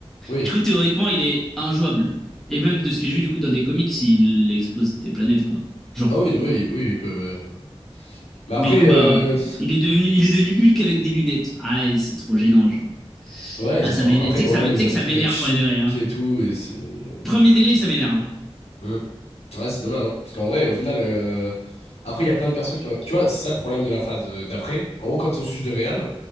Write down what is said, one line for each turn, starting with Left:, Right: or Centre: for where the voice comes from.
Left: Oui.
Centre: Du coup, théoriquement, il est injouable. Et même de ce que j'ai vu, du coup, dans des comics, il explose des planètes, quoi. Genre.
Left: Ah oui, non, mais il- oui, il peut. ouais. Mais
Centre: Mais
Left: après,
Centre: du coup,
Left: euh,
Centre: bah, il est devenu, il est devenu Hulk avec des lunettes. Ah, et c'est trop gênant, genre.
Left: ouais,
Centre: Ah,
Left: ils
Centre: ça
Left: ont vraiment.
Centre: m'énerve.
Left: Après,
Centre: Tu
Left: bon,
Centre: sais que ça
Left: même,
Centre: m'é-
Left: ils
Centre: tu sais
Left: ont
Centre: que
Left: fait
Centre: ça
Left: le truc
Centre: m'énerve,
Left: avec She-Hulk
Centre: premier degré, hein.
Left: et tout. Et c'est-
Centre: Premier degré, ça m'énerve.
Left: Mm. Ouais, c'est dommage, hein. Parce qu'en vrai, au final, euh, après, il y a plein de persos qui ont. Tu vois, c'est ça le problème de la phase euh, d'après. En gros, quand ils ont switch de Real,